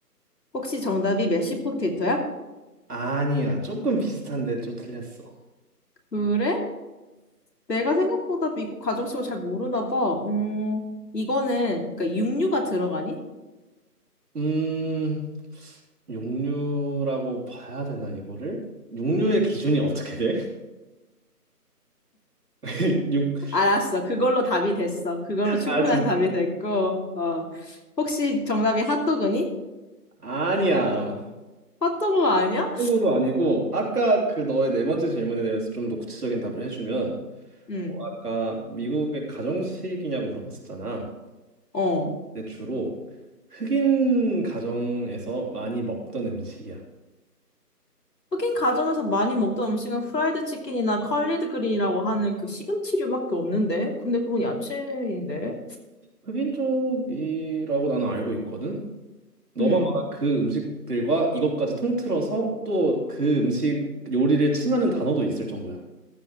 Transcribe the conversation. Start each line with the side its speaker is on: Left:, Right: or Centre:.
Left: 혹시 정답이 메쉬 포테이토야?
Right: 아니야. 조금 비슷한데 좀 틀렸어.
Left: 그래? 내가 생각보다 미국 가정식을 잘 모르나 봐. 음, 이거는 그러니까 육류가 들어가니?
Right: 음, 육류라고 봐야 되나, 이거를? 육류의 기준이 어떻게 돼? <laughs> 육,
Left: 알았어. 그걸로 답이 됐어. 그걸로 충분한
Right: 아, 진
Left: 답이 됐고. 어. 혹시 정답이 핫도그니?
Right: 아니야.
Left: 핫도그 아니야?
Right: 그거도 아니고, 아까 그 너의 네 번째 질문에 대해서 좀 더 구체적인 답을 해주면,
Left: 응.
Right: 너 아까 미국의 가정식이냐고 물어봤었잖아.
Left: 어.
Right: 근데 주로 흑인 가정에서 많이 먹던 음식이야.
Left: 흑인 가정에서 많이 먹던 음식은 프라이드 치킨이나 컬리드 그린이라고 하는 그 시금치류밖에 없는데? 근데 그건 야채인데?
Right: 흑인 쪽이라고 나는 알고 있거든. 너가
Left: 음.
Right: 말한 그 음식들과 이것까지 통틀어서 또 그 음식 요리를 칭하는 단어도 있을 정도야.